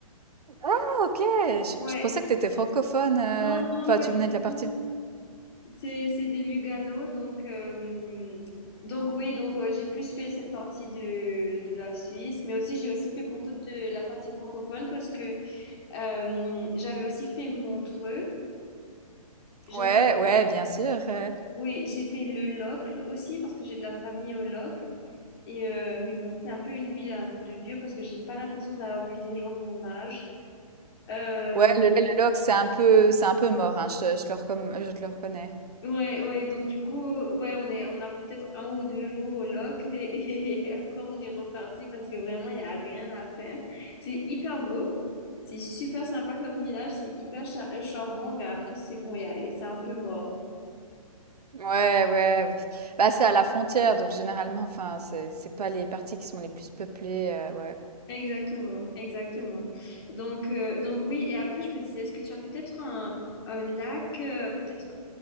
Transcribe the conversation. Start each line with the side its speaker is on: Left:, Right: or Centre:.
Right: Ah OK! Je
Left: Ouais.
Right: je pensais que tu étais francophone, heu,
Left: Non, non,
Right: enfin
Left: pas
Right: tu
Left: du
Right: venais de la partie
Left: tout. C'est, c'est de Lugano, donc, euh, donc oui, donc euh, j'ai plus fait cette partie de, de la Suisse, mais aussi j'ai aussi fait beaucoup de la partie francophone parce que euh, j'avais aussi fait Montreux. J'avais
Right: ouais, ouais, bien sûr, heu,
Left: Oui, j'ai fait le Locle aussi parce que j'ai de la famille au Locle. Et euh, mais bon, c'est un peu une ville hein, de vieux parce que j'ai pas l'impression d'avoir vu des gens de mon âge. Euh,
Right: ouais, le le le c'est un peu c'est un peu mort, hein, je je le recomm je te le reconnais.
Left: ouais, ouais, donc du coup, ouais, on est, on a fait peut-être un ou deux jours au Locle et, <laughs> et après on est reparti parce que vraiment il n'y a rien à faire. C'est hyper beau, c'est super sympa comme village, c'est hyper cha- euh, charmant, mais après c'est bon, il y a- c'est un peu mort.
Right: Ouais, ouais, ouais. bah, c'est à la frontière donc généralement, enfin, c'est c'est pas les parties qui sont les plus peuplées, heu, ouais.
Left: Exactement, exactement. Donc, euh, donc oui, et après je me disais, est-ce que tu as peut-être un, un lac, euh, peut-être,